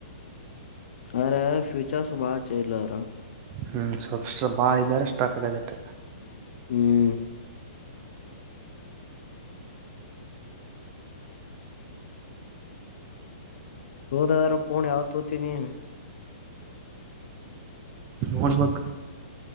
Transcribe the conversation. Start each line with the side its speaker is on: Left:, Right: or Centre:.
Left: ಅರೆ ್ಯೂಚರ್ಸ್ ಬಹಳ ಚೆಲ್ಲರ
Right: ಹ್ಮ್ ಸಬ್ಸ್ಟ್ರಾ ಬಾ ಇದ್ದಾರೆ ಸ್ಟಕಾಗಾಗಿದೆಟ
Left: ಹ್ಮ್ ತೋದಾದ್ರ ಫೋನ್ ಯಾವ್ದ್ ತೋತೀನಿ
Right: ನಬೇಕ